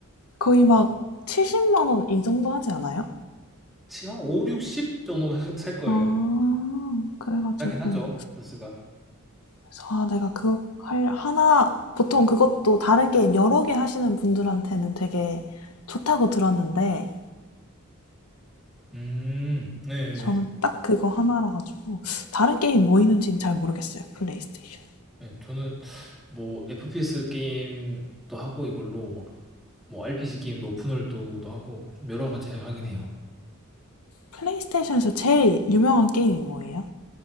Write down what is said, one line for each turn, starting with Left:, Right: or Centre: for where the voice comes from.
Left: 거의 막 70만 원 이 정도 하지 않아요?
Centre: 지금 한 5, 60 정도면 살, 살 거예요.
Left: 아. 그래 가지고
Centre: 하긴 하죠 플스가.
Left: 그래서 아 내가 그거 할 하나 보통 그것도 다른 게임 여러 개 하시는 분들한테는 되게 좋다고 들었는데
Centre: 음, 네,
Left: 저는
Centre: 네.
Left: 딱 그거 하나라 가지고 다른 게임 뭐 있는지는 잘 모르겠어요. 플레이스테이션.
Centre: 네, 저는 뭐 FPS 게임도 하고 이걸로 막 뭐 RPG 게임도 오픈월드도 하고 좀 여러 가지 하긴 해요.
Left: 플레이스테이션에서 제일 유명한 게임이 뭐예요?